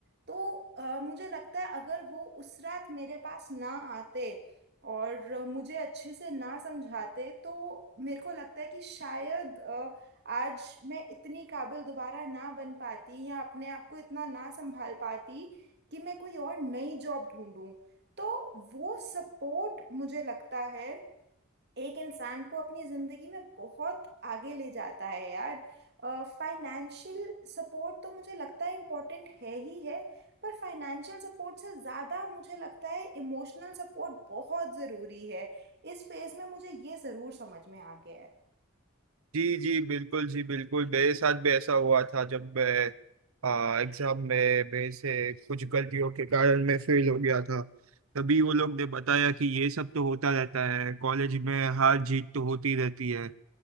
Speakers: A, on the right; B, on the right.
A: तो अ, मुझे लगता है अगर वो उस रात मेरे पास ना आते और मुझे अच्छे से ना समझाते तो मेरे को लगता है कि शायद अ, आज मैं इतनी काबिल दोबारा ना बन पाती या अपने आप को इतना ना संभाल पाती कि मैं कोई और नई जॉब ढूंढूं तो वो सपोर्ट मुझे लगता है एक इंसान को अपनी जिंदगी में बहुत आगे ले जाता है यार फाइनेंशियल सपोर्ट तो मुझे लगता है इम्पोर्टेंट है ही है पर फाइनेंशियल सपोर्ट से ज़्यादा मुझे लगता है इमोशनल सपोर्ट बहुत ज़रूरी है इस फेज में मुझे ये ज़रूर समझ में आ गया है
B: जी जी बिल्कुल जी बिल्कुल मेरे साथ भी ऐसा हुआ था जब मैं एग्जाम में मेरे से कुछ गलतियों के कारण मैं फेल हो गया था तभी वो लोग ने बताया कि ये सब तो होता रहता है कॉलेज में हार जीत तो होती रहती है